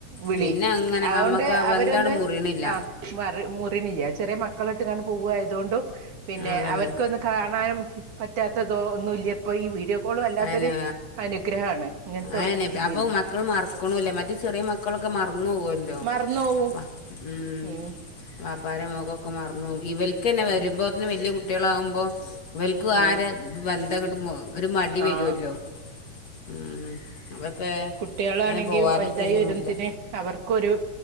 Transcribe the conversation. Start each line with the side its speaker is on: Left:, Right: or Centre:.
Right: വിളി
Left: പിന്നെ അങ്ങനെ
Right: അതുകൊണ്ട്
Left: അമ്മക്ക് ആബന്ധാട്
Right: അവരൊന്ന്
Left: മുറിണില്ല.
Right: ആഹ് മറി മുറിണില്ല്യ ചെറ്യാ മക്കളെട്ട് കാണ്ട് പോവായതോണ്ടും പിന്നെ
Left: അതന്നെ
Right: അവർകൊന്ന് കാണാനും പറ്റാത്തതോ ഒന്നുല്ല്യാ പ്പോൾ ഈ വീഡിയോ..... എപ്പോളും അല്ലാത്തൊരു
Left: അയന്നെ
Right: അനുഗ്രഹാണ് ഇങ്ങൻത്തൊരുതി
Left: അയന്നെ അപ്പൊ
Right: ന്.
Left: മക്കള് മർക്ക്ണൂല്ല്യ മ ഈ ചെറ്യ മക്കളൊക്കെ മർന്നോ വല്ലോ
Right: മറന്നോവും
Left: വ മ്.
Right: ഉം
Left: വാപ്പാരമോഖോ ക്കെ മറന്നുപോകും ഇവൽക്ക്ന്നെ
Right: ഉം
Left: വരുമ്പോത്തിന് വല്യ കുട്ടികളാകുമ്പോ.... ഇവൽക്ക്
Right: ഉം
Left: ആരെ ബന്ധംങ്ങട്ട് മു ഒരു മടി
Right: ആഹ്
Left: വരൊല്ലോ മ് അതൊക്കെ?
Right: കുട്ടികളാണെങ്കിൽ
Left: അങ്ങനെ പോവാതൊക്കെന്നെ
Right: വലുതായി വരുന്നതിന്
Left: നല്ലെ
Right: അവർക്കൊരു